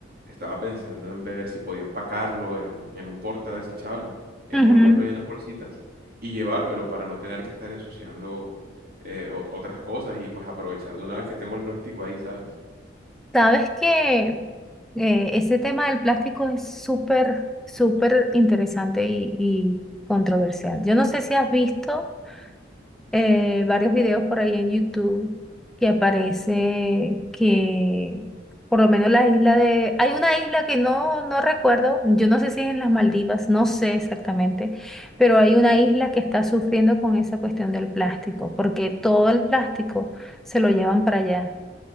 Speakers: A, on the right (about 55°); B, in the centre.
A: estaba pensando en ver si podía empacarlo en, en un porta desechable, envolverlo
B: ujú.
A: ahí en las bolsitas y llevármelo para no tener que estar ensuciando eh, ot- otras cosas y pues aprovechar de una vez que tengo el plástico ahí, ¿sabes?
B: Sabes que eh, ese tema del plástico es súper, súper interesante y, y controversial. Yo no sé si has visto eh, varios videos por ahí en YouTube que aparece que por lo menos la isla de... Hay una isla que no, no recuerdo, yo no sé si es en las Maldivas, no sé exactamente, pero hay una isla que está sufriendo con esa cuestión del plástico, porque todo el plástico se lo llevan para allá